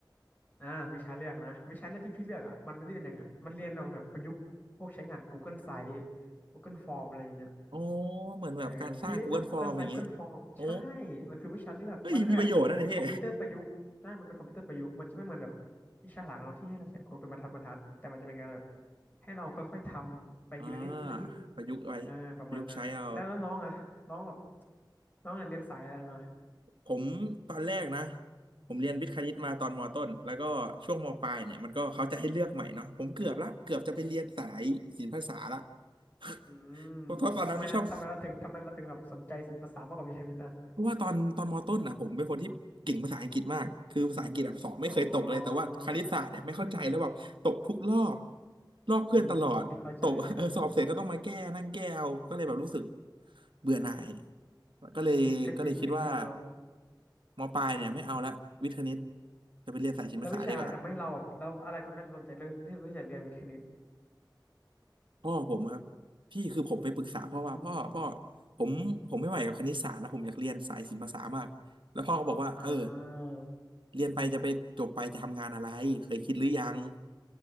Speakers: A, on the left; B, on the right.
A: อ่าวิชาเลือกนะวิชาเลือกที่พี่เลือกอ่ะมันไม่ได้เรียนอย่างนั้นมันเรียนเอาแบบประยุกต์พวกใช้งาน Google Site Google Form อะไรอย่างเงี้ย
B: อ๋อเหมือนแบบการสร้าง
A: เออพี่ได้ทำ
B: Google
A: Google
B: Form
A: s
B: อย่างงี้
A: i t e Google Form
B: โอ้
A: ใช่มันคือวิชาเลือกมันเป็นแบบคอมพิวเตอร์ประยุกต์ใช่มันเป็นคอมพิวเตอร์ประยุกต์มันจะไม่เหมือนแบบ
B: เฮ้ยมีประโยชน์นะเนี่ยพี่
A: วิชาหลักเนาะที่ให้เราเขียนโค้ดเป็นบรรทัดบรรทัดแต่มันจะเป็นการแบบให้เราค่อยๆทำไปทีละนิดทีละนิด
B: อ่าประยุกต์ไว้
A: เออประมาณนั้นแล้วแล้วน้องอะน้องแบบ
B: ประยุกต์ใช้เอา
A: น้องเนเรียนสายอะไรมา
B: ผมตอนแรกนะผมเรียนวิทย์คณิตมาตอนมต้นแล้วก็ช่วงมปลายเนี่ยมันก็เขาจะให้เลือกใหม่เนาะผมเกือบละเกือบจะไปเรียนสายศิลปภาษาละ <laughs>
A: อืม
B: เพราะตอนนั้นไม่ชอบ
A: ทำไมอะทำไมเราถึงทำไมเราถึงแบบสนใจศิลปศาสตร์มากกว่าวิชาวิทย์อะ
B: เพราะว่าตอนตอนมอต้นอ่ะผมเป็นคนที่เก่งภาษาอังกฤษมากคือภาษาอังกฤษแบบสอบไม่เคยตกเลยแต่ว่าคณิตศาสตร์เนี่ยไม่เข้าใจแล้วแบบตกทุกรอบ
A: อ๋ออืม
B: ลอกเพื่อนตลอดตก
A: อืมพี่เข้าใจพี่เข้าใจ
B: <laughs> เออสอบเสร็จก็ต้องมาแก้นั่งแก้เอาก็เลยแบบรู้สึกเบื่อหน่ายก็เลยก็เลยคิดว่า
A: อืมก็จริงก็จริงเนาะ
B: มปลายเนี่ยไม่เอาละวิทย์คณิตจะไปเรียนสายศิลปศาสตร์ดีกว่า
A: แล้ววิชาอะไรทำให้เราแบบเราอะไรทำให้เราสนใจเรื่องที่ที่จะเรียนวิทย์คณิต
B: พ่อผมครับพี่คือผมไปปรึกษาพ่อว่าพ่อพ่อ
A: อืม
B: ผมผมไม่ไหวกับคณิตศาสตร์แล้วผมอยากเรียนสายศิลปศาสตร์มากแล้วพ่อก็บอกว่าเออ
A: อ่า
B: เรียนไปจะไปจบไปจะทำงานอะไรเคยคิดหรือยัง